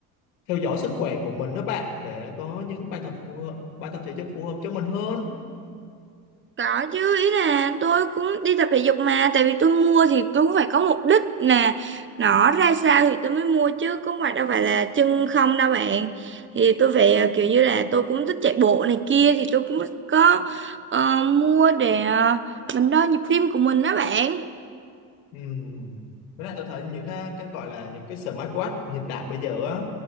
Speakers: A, on the left; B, on the right.
A: theo dõi sức khỏe của mình đó bạn để có những bài tập phù hợp, bài tập thể dục phù hợp cho mình hơn.
B: Có chứ, ý là tôi cũng đi tập thể dục mà Tại vì tôi mua thì tôi cũng phải có mục đích nè Nó ra sao thì tôi mới mua chứ Cũng phải đâu phải là chân không đâu bạn Thì tôi phải ờ, kiểu như là tôi cũng thích chạy bộ này kia Thì tôi cũng có ờ, mua để ờ, mình đo nhịp tim của mình đó bạn
A: Ừm. Với lại tôi thấy những à, cái gọi là những cái smartwatch hiện đại bây giờ á